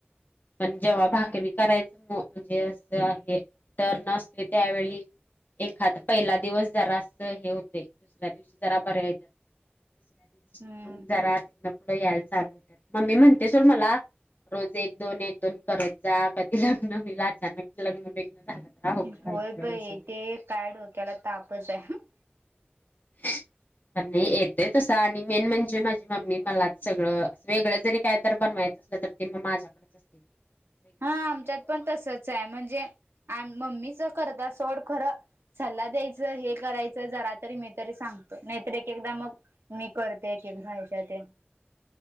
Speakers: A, on the left; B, on the right.
A: पण
B: हा
A: जेव्हा भाकरी करायच म्हणजे अस हे टर्न असते त्यावेळी एखाद पहिला दिवस जरा अस हे होते दुसऱ्या दिवशी जरा बर्या य <inaudible> दसऱ्या दिवशी
B: हम्म
A: घरात <inaudible> तो यायलाता मम्मी म्हणते सोड मला रोज एक दोन एक दोन करत जा कधी लग्न होईल अचानक लग्न बिग्न झालं. तर अवघड व्हायचं
B: होय बाई
A: असं
B: ते एक काय डोक्याला तापच आहे.
A: ह पण नाही येतय तसं आणि मेन म्हणजे माझी मम्मी मला सगळं वेगळं जरी काय तर बनवायच तर ते मग माझ्याकडेच अस
B: हा आमच्यात पण तसच आहे म्हणजे आम मम्मीच करत सोड खरं सल्ला द्यायचं हे करायचं जरा तरी म तरी सांगतो नाहीतर एक एकदा मग मी करते एक एकदा ह्याच्यात